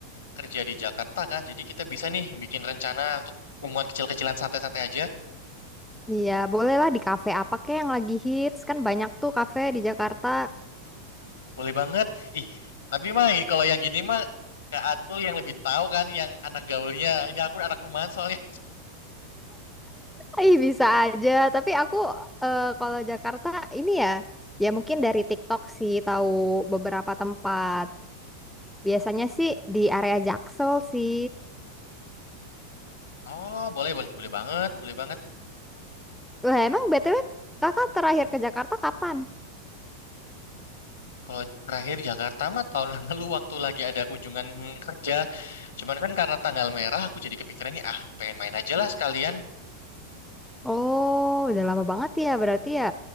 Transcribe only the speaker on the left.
kerja di Jakarta kan. Jadi kita bisa nih bikin rencana untuk Pertemuan kecil-kecilan santai-santai aja.
Boleh banget. Ih, tapi mah ini kalau yang gini mah Kak Atul yang lebih tahu kan yang anak gaulnya. Ini aku anak rumahan soalnya.
Oh, boleh boleh boleh banget, boleh banget.
Kalau terakhir Jakarta mah tahun <laughs> lalu waktu lagi ada kunjungan kerja. Cuman kan karena tanggal merah aku jadi kepikiran nih ah pengen main aja lah sekalian.